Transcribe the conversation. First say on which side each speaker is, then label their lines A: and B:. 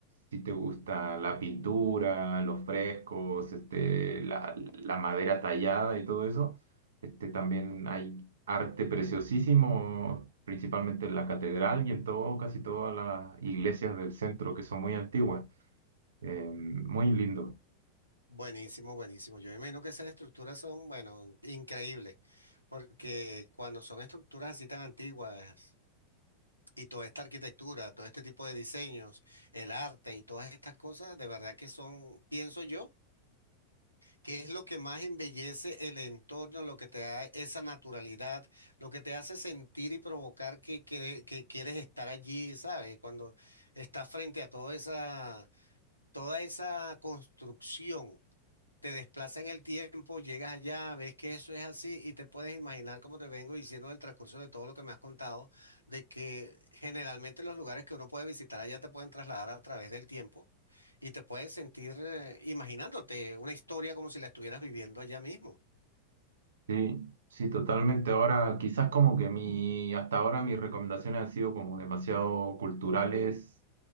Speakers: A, on the right; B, on the right.
A: si te gusta la pintura, los frescos, este, la, la madera tallada y todo eso, este, también hay arte preciosísimo, principalmente en la catedral y en todo, casi todas las iglesias del centro, que son muy antiguas. Eh, muy lindo.
B: buenísimo, buenísimo. Yo imagino que esas estructuras son, bueno, increíbles, porque cuando son estructuras así tan antiguas y toda esta arquitectura, todo este tipo de diseños, el arte y todas estas cosas, de verdad que son, pienso yo, que es lo que más embellece el entorno, lo que te da esa naturalidad, lo que te hace sentir y provocar que, que, que quieres estar allí, ¿sabes? Cuando estás frente a toda esa, toda esa construcción. Te desplaza en el tiempo, llegas allá, ves que eso es así y te puedes imaginar, como te vengo diciendo en el transcurso de todo lo que me has contado, de que generalmente los lugares que uno puede visitar allá te pueden trasladar a través del tiempo y te puedes sentir eh, imaginándote una historia como si la estuvieras viviendo allá mismo.
A: Sí, sí, totalmente. Ahora, quizás como que mi, hasta ahora mis recomendaciones han sido como demasiado culturales